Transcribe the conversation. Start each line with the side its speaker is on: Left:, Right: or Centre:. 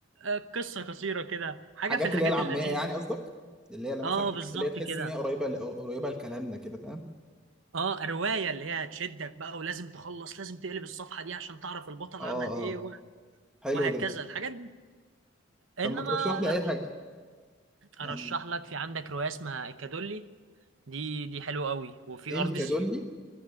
Right: آه، قصة قصيرة كده حاجة
Centre: حاجات
Right: في الحاجات
Centre: اللي هي العاميه
Right: اللذيذة
Centre: يعني
Right: دي
Centre: قصدك اللي هي اللي مثلا
Right: اه
Centre: حاجات
Right: بالظبط
Centre: اللي هي تحس
Right: كده
Centre: ان هي قريبه ل- قريبه لكلامنا كده فاهم
Right: اه رواية اللي هي هتشدك بقى ولازم تخلص لازم تقلب الصفحة دي عشان تعرف البطل
Centre: اه
Right: عمل
Centre: اه
Right: ايه و...
Centre: حلو
Right: وهكذا
Centre: ده
Right: الحاجات دي انما
Centre: طب ما ترشح لي
Right: لا
Centre: اي حاجه يعني
Right: ارشح لك في عندك رواية اسمها ايكادولي دي دي حلوة قوي وفي
Centre: ايه
Right: ارض
Centre: الكادولي
Right: ز-